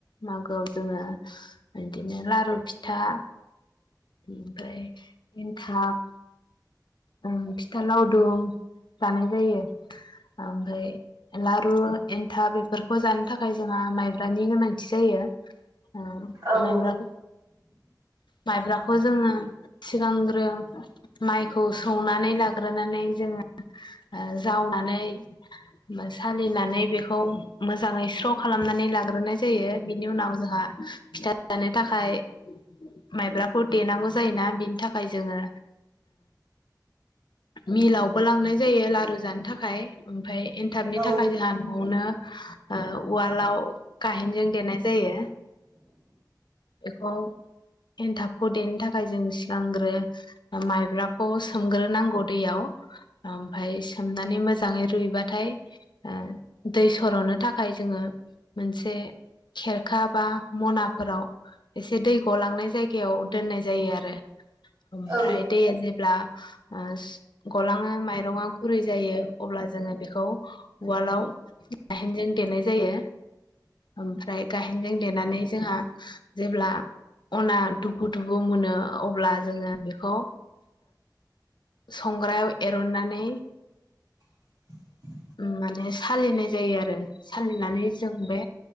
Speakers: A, on the left; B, on the right.
A: मागोआव जोङो बिदिनो लारु फिथा आमफ्राय एन्थाब ओ फिथा लावदुम जानाय जायो आमफ्राय लारु एन्थाब बेफोरखौ जानो थाखाय जोंहा माइब्रानि गोनांथि जायो मब
B: औ
A: <unintelligible> माइब्राखौ जोङो सिगांग्रो माइ खौ सौनानै लाग्रोनानै जोङो ओ जावनानै उम सालिनानै बेखौ मोजाङै स्र' खालामनानै लाग्रोनाय जायो बिनि उनाव जोंहा फिथा जानो थाखाय माइब्राखौ देनांगौ जायोना बिनि थाखाय जोङो मिलावबो लांनाय जायो लारु जानो थाखाय ओमफाय एन्थाबनि
B: औ
A: थाखाय जोंहा न'आवनो उवालाव गाहेनजों देनाय जायो बेखौ एन्थाबखौ देनो थाखाय जों सिगांग्रो माइब्राखौ खौ सोमग्रोनांगौ दैयाव आमफ्राय सोमनानै मोजाङै रुइबाथाय ओ दै सर'नो थाखाय जोङो मोनसे खेरखा बा मनाफोराव एसे दै गलांनाय जायगायाव दोननाय जायो आरो ओमफ्राय
B: औ
A: दैया जे ब्ला ओ गलाङो माइरङा गुरै जायो अब्ला जोङो बेखौ उवालाव गाहेनजों देनाय जायो ओमफ्राय गाहेनजों देनानै जोंहा जेब्ला अना दुफु दुफु मोनो अब्ला जोङो बेखौ संग्रायाव एरननानै
B: <inaudible>
A: माने सालिनाय जायो आरो सालिनानै जों बे